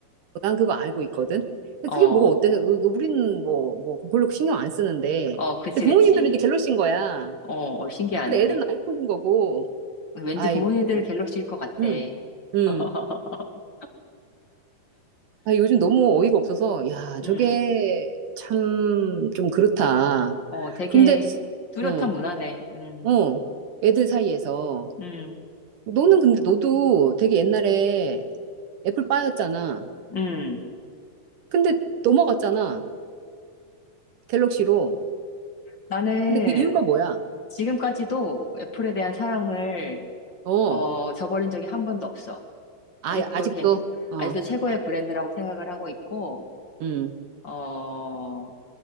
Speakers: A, on the right; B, on the left.
A: 난 그거 알고 있거든. 근데
B: 어,
A: 그게 뭐가 어때서, 우- 우리는 뭐, 뭐, 별로 신경 안 쓰는데.
B: 어, 그치,
A: 근데 부모님들은
B: 그치.
A: 이제 갤럭시인 거야.
B: 어, 어, 신기하네.
A: 근데 애들은 아이폰인 거고,
B: 왠지
A: 아이고,
B: 부모님들 갤럭시일 것 같아.
A: 응, 응.
B: <laughs>
A: 아, 요즘 너무 어이가 없어서, 야,
B: 음,
A: 저게 참 좀 그렇다.
B: 어, 되게
A: 근데,
B: 뚜렷한
A: 어,
B: 문화네. 음,
A: 어, 애들 사이에서.
B: 음,
A: 너는 근데 너도 되게 옛날에 애플파이였잖아.
B: 음.
A: 근데 넘어갔잖아. 갤럭시로.
B: 나는
A: 근데 그 이유가 뭐야?
B: 지금까지도 애플에 대한 사랑을
A: 어,
B: 어, 저버린 적이 한 번도 없어.
A: 아,
B: 아직도
A: 아직도,
B: 걘-
A: 어,
B: 아직도 최고의 브랜드라고 생각을 하고 있고
A: 음,
B: 어,